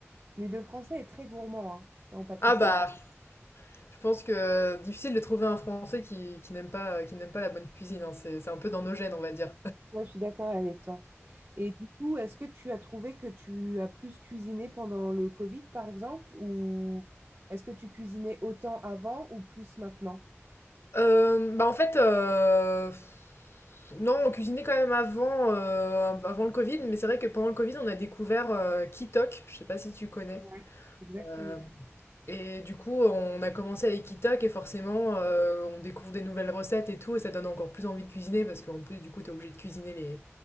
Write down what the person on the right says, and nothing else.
Mais le français est très gourmand hein, en pâtisserie.
Ouais, je suis d'accord avec toi. Et du coup, est-ce que tu as trouvé que tu as plus cuisiné pendant le Covid, par exemple, ou est-ce que tu cuisinais autant avant ou plus maintenant?
Ouais, exactement.